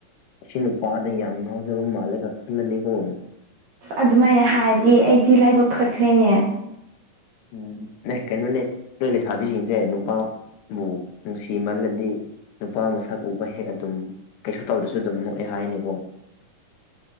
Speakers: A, on the left (about 80°); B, on the right (about 75°).
A: ꯑꯁꯤ ꯅꯨꯄꯥꯗ ꯌꯥꯝ ꯉꯥꯎꯖꯕ ꯃꯥꯜꯂꯦꯒ ꯈꯜꯂꯅꯤꯀꯣ
B: ꯑꯗꯨꯃꯥꯏꯅ ꯍꯥꯏꯔꯗꯤ ꯑꯩꯗꯤ ꯂꯥꯏꯕꯛ ꯐꯈ꯭ꯔꯦꯅꯦ
A: ꯎꯝ ꯅꯦ ꯀꯩꯅꯣꯅꯦ ꯅꯣꯏ ꯂꯩꯁꯥꯕꯤꯁꯤꯡꯁꯦ ꯅꯨꯄꯥ ꯕꯨ ꯅꯨꯡꯁꯤꯃꯜꯂꯗꯤ ꯅꯨꯄꯥ ꯃꯁꯛ ꯎꯕ ꯍꯦꯛ ꯑꯗꯨꯝ ꯀꯩꯁꯨ ꯇꯧꯗꯁꯨ ꯑꯗꯨꯝ ꯅꯣꯛꯑꯦ ꯍꯥꯏꯅꯦꯀꯣ